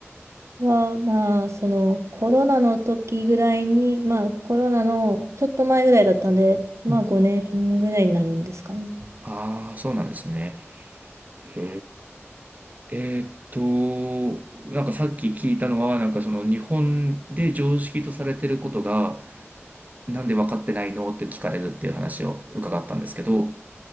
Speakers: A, on the right; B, on the right.
A: は、まあそのコロナの時ぐらいに、まあコロナのちょっと前ぐらいだったんで、まあ5年ぐらいになるんですかね。
B: うん。ああ、そうなんですね。へえ。えーっと、なんかさっき聞いたのは、なんかその日本で常識とされてることが、なんで分かってないのって聞かれるっていう話を伺ったんですけど、